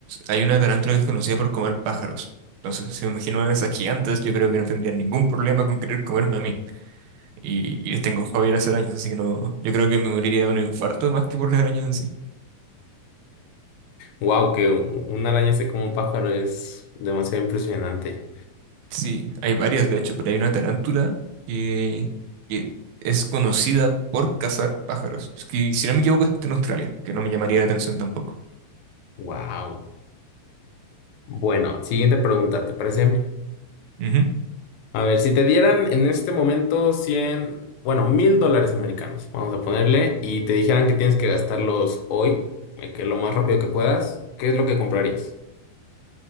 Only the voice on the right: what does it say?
hay una tarántula que es conocida por comer pájaros. Entonces, si me imagino a esas gigantes, yo creo que no tendría ningún problema con querer comerme a mí. Y, y les tengo fobia a las arañas, así que no, yo creo que me moriría de un infarto más que por las arañas en sí.
Sí, hay varias de hecho, pero hay una tarántula que, que es conocida por cazar pájaros. Es que, si no me equivoco, está en Australia, que no me llamaría la atención tampoco.
Ujú.